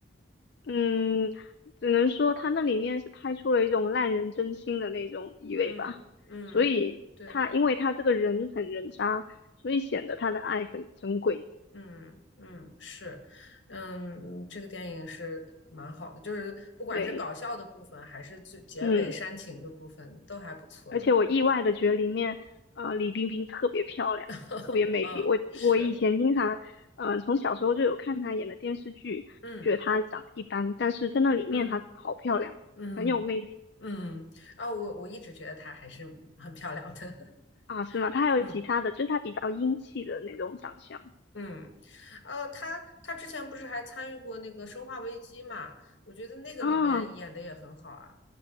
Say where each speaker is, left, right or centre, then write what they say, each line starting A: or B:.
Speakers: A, on the left; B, on the left.
A: 嗯，只能说他那里面是拍出了一种烂人真心的那种意味吧，
B: 嗯嗯，
A: 所以他因为他这个人很人渣，
B: 对，
A: 所以显得他的爱很珍贵，
B: 嗯嗯是，嗯，这个电影是蛮好的，就是不管是搞笑的部分，
A: 对，
B: 还是最结尾煽情的部分，
A: 嗯。
B: 都还不错的。
A: 而且我意外的觉得里面，呃，李冰冰特别漂亮，
B: <laughs>
A: 特别美丽。
B: 嗯，
A: 我我以前经常，
B: 是，
A: 嗯、呃，从小时候就有看她演的电视剧，
B: 嗯
A: 觉得她长得一般，但是在那里面她好漂亮，
B: 嗯嗯嗯，
A: 很有魅力
B: 嗯啊，我我一直觉得她还是很漂亮的。<laughs>
A: 啊，是吗？她还有其他的，
B: 嗯。
A: 就是她比较英气的那种长相
B: 嗯，呃，他他之前不是还参与过那个《生化危机》嘛？我觉得那个里面演的也很好啊。
A: 啊。